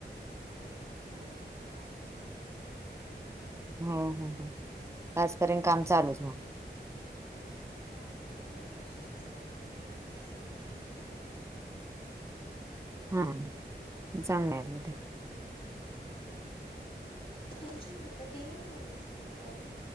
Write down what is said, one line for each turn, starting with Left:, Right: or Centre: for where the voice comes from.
Left: आता. हो आता काय पाच वाजताच उठेल ती
Right: हो हो हो. आजपर्यंत
Left: हम्म.
Right: काम चालूच मग.
Left: हा हा काम आता काय नाही विशेष असं पण काय झोपायची सवय नाही काही झोपत नाही.
Right: हा चांगलं आहे मते.
Left: तुमचे पण आता तीनच राहिले असतील कॉल ना.